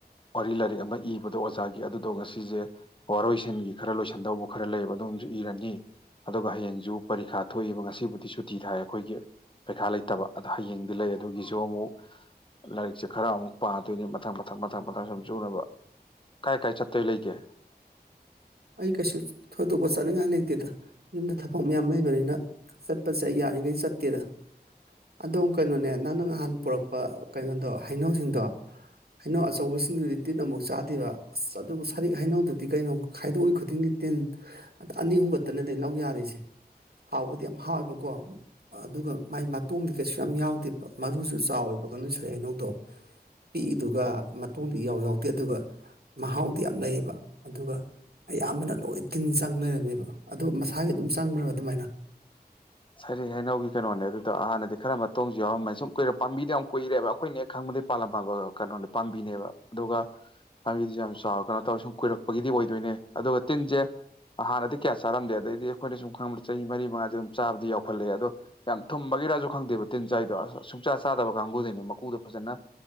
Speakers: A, on the left; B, on the right.
A: ꯋꯥꯔꯤ ꯂꯥꯏꯔꯤꯛ ꯑꯃ ꯏꯕꯗꯣ ꯑꯣꯖꯥꯒꯤ ꯑꯗꯨꯗꯣ ꯉꯁꯤꯁꯦ ꯋꯥꯔꯣꯏꯁꯤꯟꯒꯤ ꯈꯔ ꯂꯣꯏꯁꯤꯟꯗꯧꯕ ꯈꯔ ꯂꯩꯕ ꯑꯗꯨꯝ ꯗꯨ ꯏꯔꯅꯤ ꯑꯗꯨꯒ ꯍꯌꯦꯡꯁꯨ ꯄꯔꯤꯈꯥ ꯊꯣꯛꯏꯕ ꯉꯁꯤꯕꯨꯗꯤ ꯁꯨꯇꯤ ꯊꯥꯏ ꯑꯈꯣꯏꯒꯤ ꯄꯩꯈꯥ ꯂꯩꯇꯕ ꯑꯗꯣ ꯍꯌꯦꯡꯗꯤ ꯂꯩ ꯑꯗꯨꯒꯤꯁꯨ ꯑꯃꯨꯛ ꯂꯥꯏꯔꯤꯛꯁꯦ ꯈꯔ ꯑꯃꯨꯛ ꯄꯥꯗꯣꯏꯅꯤ ꯃꯊꯪ ꯃꯊꯪ ꯃꯊꯪ ꯃꯊꯪ ꯁꯨꯝ ꯆꯨꯅꯕ ꯀꯥꯏ ꯀꯥꯏ ꯆꯠꯇꯣꯏ ꯂꯩꯒꯦ
B: ꯑꯩ ꯀꯩꯁꯨ ꯊꯣꯏꯗꯣꯛꯄ ꯆꯠꯅꯤꯡꯉꯥꯏ ꯂꯩꯇꯦꯗ ꯌꯨꯝꯗ ꯊꯕꯛ ꯃꯌꯥꯝ ꯂꯩꯕꯅꯤꯅ ꯆꯠꯄꯁꯦ ꯑꯩ ꯌꯥꯔꯤꯈꯩ ꯆꯠꯇꯦꯗ ꯑꯗꯣꯝ ꯀꯩꯅꯣꯅꯦ ꯅꯪꯅ ꯉꯍꯥꯟ ꯄꯨꯔꯛꯄ ꯀꯩꯅꯣꯗꯣ ꯍꯩꯅꯧꯁꯤꯡꯗꯣ ꯍꯩꯅꯧ ꯑꯆꯧꯕꯁꯤꯡꯗꯨꯗꯤ ꯇꯤꯟ ꯑꯃꯨꯛ ꯆꯥꯗꯦꯕ ꯑꯁ ꯑꯗꯨꯕꯨ ꯁꯔꯤꯛ ꯍꯩꯅꯧꯗꯨꯗꯤ ꯀꯩꯅꯣ ꯈꯥꯏꯗꯣꯛꯏ ꯈꯨꯗꯤꯡꯒꯤ ꯇꯤꯟ ꯑꯗ ꯑꯅꯤꯍꯨꯝ ꯈꯛꯇꯅꯦ ꯗꯩ ꯂꯧ ꯌꯥꯔꯤꯁꯦ ꯍꯥꯎꯕꯨꯗꯤ ꯌꯥꯝ ꯍꯥꯎꯋꯦꯕ ꯀꯣ ꯑꯗꯨꯒ ꯃꯥꯏ ꯃꯇꯣꯡꯗꯤ ꯀꯩꯁꯨ ꯌꯥꯝ ꯌꯥꯎꯗꯦꯕ ꯃꯔꯨꯁꯨ ꯆꯥꯎꯋꯦꯕ <unintelligible> ꯁꯔꯩ ꯍꯩꯅꯧꯗꯣ ꯄꯤꯛꯏꯗꯨꯒ ꯃꯇꯣꯡꯗꯨ ꯏꯌꯥꯎ ꯌꯥꯎꯗꯦ ꯑꯗꯨꯒ ꯃꯍꯥꯎꯗꯤ ꯌꯥꯝ ꯂꯩꯌꯦꯕ ꯑꯗꯨꯒ ꯑꯌꯥꯝꯕꯅ ꯂꯣꯏ ꯇꯤꯟ ꯆꯪ ꯂꯩꯔꯝꯃꯦꯕ ꯑꯗꯨ ꯃꯁꯥꯒꯤ ꯑꯗꯨꯝ ꯆꯪꯕ꯭ꯔꯕ ꯑꯗꯨꯃꯥꯏꯅ
A: ꯁꯔꯩ ꯍꯩꯅꯧꯒꯤ ꯀꯩꯅꯣꯅꯦ ꯑꯗꯨꯗꯣ ꯍꯥꯟꯅꯗꯤ ꯈꯔ ꯃꯇꯣꯡꯁꯨ ꯌꯥꯎꯔꯝꯃꯦ ꯁꯨꯝ ꯀꯏꯔ ꯄꯥꯝꯕꯤꯗꯣ ꯌꯥꯝ ꯀꯨꯏꯔꯦꯕ ꯑꯩꯈꯣꯏꯅ ꯍꯦꯛ ꯈꯪꯕ ꯗꯩꯩ ꯄꯥꯜꯂꯝ ꯄꯥꯟꯕ ꯀꯩꯅꯣꯅꯦ ꯄꯥꯝꯕꯤꯅꯦꯕ ꯑꯗꯨꯒ ꯄꯥꯟꯕꯤꯗꯨꯁꯨ ꯌꯥꯝ ꯆꯥꯎꯔ ꯀꯥꯟ ꯇꯧꯋꯦ ꯁꯨꯝ ꯀꯨꯏꯔꯛꯄꯒꯤꯗꯤ ꯑꯣꯏꯗꯣꯏꯅꯦ ꯑꯗꯨꯒ ꯇꯤꯟꯖꯦ ꯍꯥꯟꯅꯗꯤ ꯀꯌꯥ ꯆꯥꯔꯝꯗꯦ ꯑꯗꯩꯗꯤ ꯑꯈꯣꯏꯅ ꯁꯨꯝ ꯈꯪꯕꯗ ꯆꯍꯤ ꯃꯔꯤ ꯃꯉꯥꯁꯦ ꯑꯗꯨꯝ ꯆꯥꯕꯗ ꯌꯥꯎꯈꯠꯂꯛꯑꯦ ꯑꯗꯣ ꯌꯥꯝ ꯊꯨꯝꯕꯒꯤꯔꯥꯁꯨ ꯈꯪꯗꯦꯕ ꯇꯤꯟ ꯆꯥꯏꯗꯣ ꯑꯁ ꯁꯨꯛꯆꯥ ꯆꯥꯗꯕ ꯀꯥꯡꯕꯨꯗꯤꯅꯦ ꯃꯀꯨꯗꯣ ꯐ ꯖꯅ